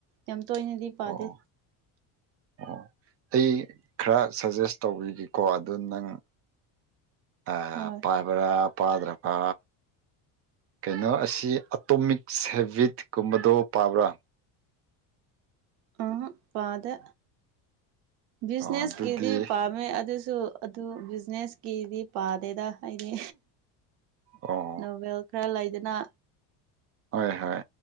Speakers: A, on the right (about 70°); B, on the right (about 35°).
A: ꯌꯥꯝ ꯇꯣꯏꯅꯗꯤ ꯄꯥꯗꯦ
B: ꯑꯣ ꯑꯣ ꯑꯩ ꯈꯔ ꯁꯖꯦꯁ ꯇꯧꯕꯤꯒꯦꯀꯣ ꯑꯗꯨ ꯅꯪ ꯑꯥ
A: ꯍꯣꯏ
B: ꯄꯥꯕꯔꯥ ꯄꯥꯗ꯭ꯔꯄꯥ ꯀꯩꯅꯣ ꯑꯁꯤ ꯑꯇꯣꯃꯤꯛꯁ ꯍꯦꯕꯤꯠꯀꯨꯝꯕꯗꯣ ꯄꯥꯕ꯭ꯔꯥ
A: ꯑ ꯄꯥꯗꯦ ꯕꯤꯖꯤꯅꯦꯁꯀꯤꯗꯤ
B: ꯑꯣ ꯑꯗꯨꯗꯤ
A: ꯄꯥꯝꯃꯦ ꯑꯗꯨꯁꯨ ꯑꯗꯨ ꯕꯤꯖꯤꯅꯦꯁꯀꯤꯗꯤ ꯄꯥꯗꯦꯗ ꯍꯥꯏꯗꯤ
B: ꯑꯣ
A: ꯅꯣꯚꯦꯜ ꯈꯔ ꯂꯩꯗꯅ
B: ꯍꯣꯏ ꯍꯣꯏ